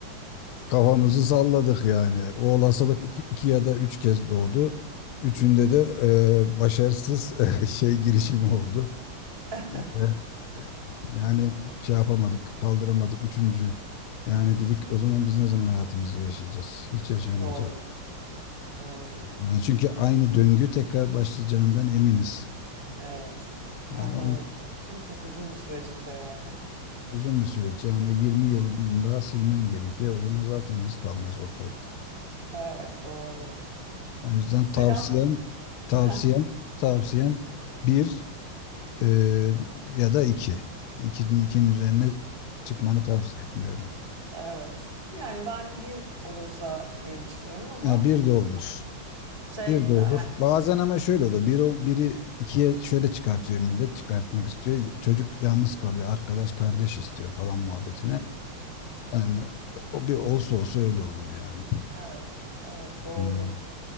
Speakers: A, on the left; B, on the right.
A: Kafamızı salladık yani. O olasılık iki, iki ya da üç kez doğdu. Üçünde de e, başarısız <laughs> e, şey girişimi oldu.
B: <laughs>
A: Evet. Yani şey yapamadık, kaldıramadık üçüncü. Yani dedik o zaman biz ne zaman hayatımızı yaşayacağız? Hiç yaşayamayacağız.
B: Doğru. Doğru.
A: Yani çünkü aynı döngü tekrar başlayacağından eminiz.
B: Evet. Her
A: Yani o
B: ne olursa olsun çok uzun bir süreç bir de yani.
A: uzun bir süreç. Yani 20 yılında silmen gerekiyor. O zaman zaten biz kalmayız ortalıkta.
B: Evet doğru.
A: O yüzden
B: Selami
A: tavsiyem, tavsiyem,
B: Heh,
A: tavsiyem bir Ee, ya da iki. İkinin ikinin üzerine çıkmanı tavsiye etmiyorum.
B: evet. Yani ben bir olursa diye düşünüyorum ama
A: Ha, bir
B: hani
A: de olur.
B: çok şey
A: Bir de
B: yani
A: olur. Bazen ama şöyle oluyor. Bir, ol- biri ikiye şöyle çıkartıyor millet. Çıkartmak istiyor. Çocuk yalnız kalıyor. Arkadaş kardeş istiyor falan muhabbetine.
B: Hmm.
A: Yani o bir olsa olsa öyle olur yani.
B: evet evet doğru.
A: Hmm.